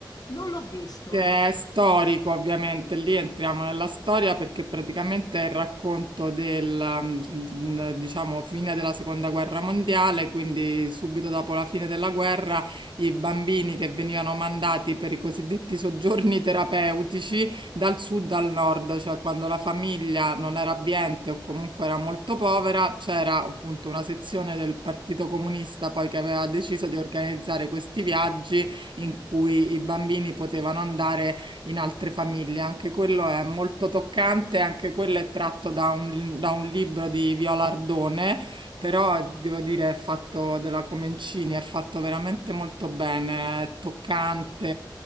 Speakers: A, on the left (about 50°); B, on the right (about 70°).
A: Non l'ho visto.
B: Che è storico, ovviamente, lì entriamo nella storia perché praticamente è il racconto del, mm, mm, eh, diciamo, fine della seconda guerra mondiale, quindi subito dopo la fine della guerra i bambini che venivano mandati per i cosiddetti soggiorni terapeutici dal sud al nord, cioè quando la famiglia non era abbiente o comunque era molto povera, c'era appunto una sezione del Partito Comunista poi che aveva deciso di organizzare questi viaggi in cui i bambini potevano andare in altre famiglie. Anche quello è molto toccante, anche quello è tratto da un, da un libro di Viola Ardone, però devo dire è fatto della Comencini, è fatto veramente molto bene, è toccante